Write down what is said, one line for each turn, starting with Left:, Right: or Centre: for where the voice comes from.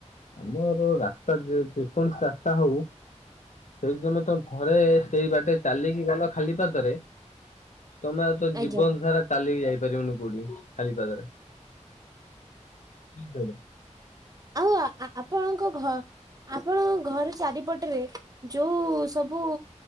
Left: ଆମର ରାସ୍ତା ଯେ ଯେକୌଣସି ରାସ୍ତା ହଉ ସେଇ ଯେମିତି ଆମ ଘରେ ସେଇ ବାଟେ ଚାଲିକି ଗଲ ଖାଲି ପାଦରେ ତମେ ଆଉ ତ ଜୀବନ
Right: ଆଜ୍ଞା
Left: ସାରା ଚାଲିକି ଯାଇ ପାରିବନି କୋଉଠି ଖାଲି ପାଦରେ ବୁଝି ପାଇଲ?
Right: ଆଉ ଆଆ ଆପଣଙ୍କ ଘ ଆପଣଙ୍କ ଘର ଚାରିପଟରେ ଯୋଉ ସବୁ